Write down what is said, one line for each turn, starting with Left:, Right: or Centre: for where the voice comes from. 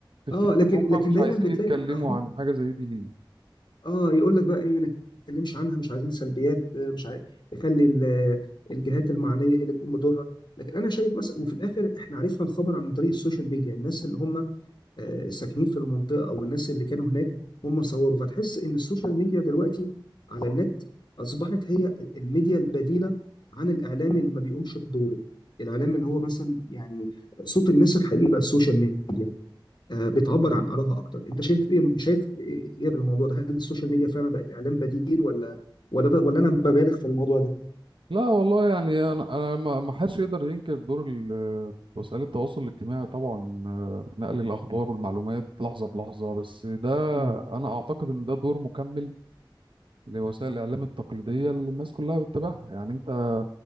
Right: تفتكر
Left: اه لكن
Right: هم
Left: لكن
Right: مش
Left: دايما
Right: عايزين
Left: بتلاقي
Right: يتكلموا
Left: الاخبار
Right: عن حاجة زي دي ليه؟
Left: اه يقول لك بقى ايه ما نتكلمش عنها مش عايزين سلبيات آه، مش عايز يخلي ال- الجهات المعنيه هي اللي تقوم بدورها لكن انا شايف مثلا وفي الاخر احنا عرفنا الخبر عن طريق السوشيال ميديا الناس اللي هم آه، ساكنين في المنطقه او الناس اللي كانوا هناك هم صوروا فتحس ان السوشيال ميديا دلوقتي على النت اصبحت هي ال- الميديا البديله عن الاعلام اللي ما بيقومش بدوره الاعلام اللي هو مثلا يعني صوت الناس الحقيقي بقى السوشيال ميديا آه، بتعبر عن آرائها أكتر أنت شايف إيه شايف إيه إيه في الموضوع ده هل السوشيال ميديا فعلا بقت إعلام بديل ولا ولا ده ولا أنا ببالغ في الموضوع ده
Right: لا والله يعني انا انا ما ما حدش يقدر ينكر دور ال- وسائل التواصل الاجتماعي طبعا آه، في نقل الاخبار والمعلومات لحظة بلحظة بس ده
Left: مم.
Right: انا اعتقد ان ده دور مكمل لوسائل الاعلام التقليدية اللي الناس كلها بتتابعها يعني انت